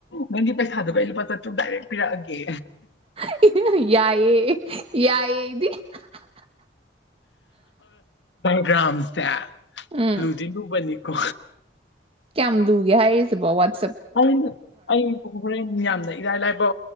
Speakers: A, on the left; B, on the right.
A: ꯅꯪꯒꯤ ꯄꯩꯁꯥꯗꯨꯒ ꯑꯩ ꯂꯨꯄꯥ ꯆꯥꯇ꯭ꯔꯨꯛ ꯗꯥꯏꯔꯦꯛ ꯄꯤꯔꯛꯑꯒꯦ
B: ꯌꯥꯢꯑꯦ ꯌꯥꯢꯑꯦ ꯑꯧꯗꯤ ꯍꯥ ꯍꯥ
A: ꯒ꯭ꯔꯥꯝꯁꯦ
B: ꯎꯝ
A: ꯂꯨꯗꯤ ꯂꯨꯕꯅꯤꯀꯣ
B: ꯀꯌꯥꯝ ꯂꯨꯒꯦ ꯍꯥꯏꯔꯤꯁꯤꯕꯣ ꯋꯥꯠ
A: ꯑꯩ ꯑꯩ ꯍꯣꯔꯦꯟ ꯌꯥꯝ ꯂꯩ ꯏꯔꯥꯏ ꯂꯥꯏꯕ